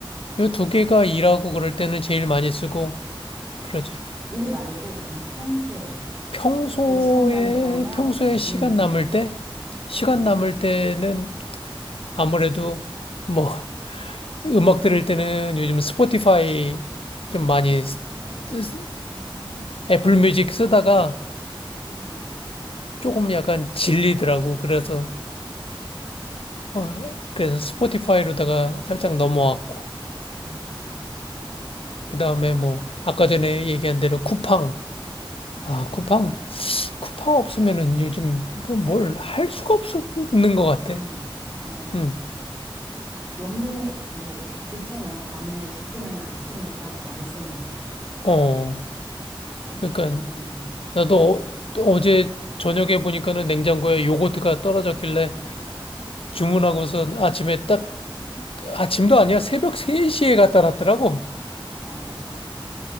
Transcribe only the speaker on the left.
요 두 개가 일하고 그럴 때는 제일 많이 쓰고, 그러지.
평소에,
평소에
시간
남을 때, 시간
남을 때는 아무래도 뭐, 음악 들을 때는 요즘 스포티파이 좀 많이 쓰-
쓰-
애플 뮤직 쓰다가
조금 약간 질리더라고. 그래서 어, 그래서 스포티파이로다가 살짝 넘어왔고.
그다음에 뭐 아까 전에 얘기한 대로 쿠팡. 아, 쿠팡. 쿠팡 없으면은 요즘 뭐 뭘할 수가 없는 것 같아.
응.
어.
그러니까
나도 어, 어제 저녁에 보니까는 냉장고에 요거트가 떨어졌길래 주문하고서 아침에 딱 아침도 아니야. 새벽 3시에 갖다 놨더라고.